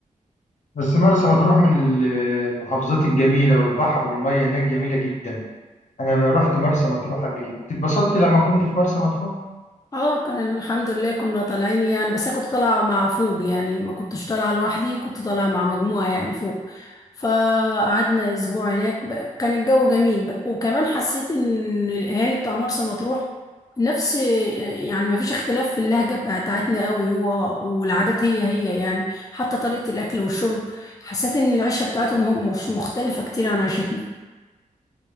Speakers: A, on the left; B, on the left.
A: بس مرسى مطروح من ال- المحافظات الجميلة والبحر والمية هناك جميلة جدا انا رحت مرسى مطروح قبل كده انت اتبسطت لما كنت في مرسى مطروح
B: اه كان الحمد لله كنا طالعين يعني بس انا كنت طالعه مع فوق يعني ما كنتش طالعه لوحدي كنت طالعه مع مجموعه يعني فوق فقعدنا اسبوع هناك ب- كان الجو جميل ب- وكمان حسيت ان الاهالي بتاع مرسى مطروح نفس يعني ما فيش اختلاف في اللهجه بتاعتنا قوي هو والعادات هي هي يعني حتى طريقه الاكل والشرب حسيت ان العيشه بتاعتهم هم- مش مختلفه كتير عن عيشتنا